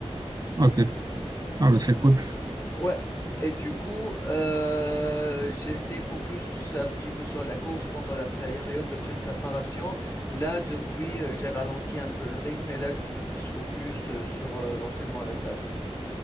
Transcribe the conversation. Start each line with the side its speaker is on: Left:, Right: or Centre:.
Right: Ok. Ah, mais c'est cool.
Left: Ouais. Et du coup, euh, j'étais focus un petit peu sur la course pendant la période de préparation. Là, depuis, euh, j'ai ralenti un peu le rythme et là, je suis plus focus euh, sur euh, l'entraînement à la salle.